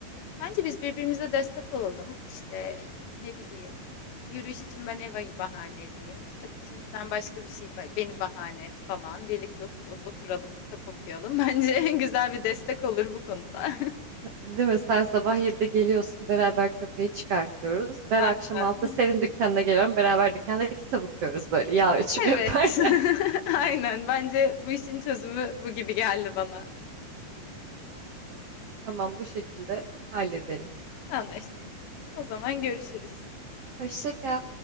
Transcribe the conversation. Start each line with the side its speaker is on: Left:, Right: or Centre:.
Left: Bence biz birbirimize destek olalım. İşte e, ne bileyim, yürüyüş için ben Eva'yı bahane edeyim. Kitap için sen başka bir şey ba- beni bahane et falan. Birlikte otur- ot- oturalım, kitap okuyalım. <laughs> Bence güzel bir destek olur bu konuda.
Right: Değil mi? Sen sabah 7'de geliyorsun. Beraber köpeği çıkartıyoruz. Ben
Left: <laughs>
Right: akşam
Left: Aynen.
Right: 6'da senin dükkanına geliyorum. Beraber dükkanda kitap okuyoruz böyle yağ ölçümü
Left: Evet.
Right: yaparken.
Left: <laughs> Aynen. Bence bu işin çözümü bu gibi geldi bana.
Right: <laughs> Tamam bu şekilde halledelim.
Left: Anlaştık. O zaman görüşürüz.
Right: Hoşça kal.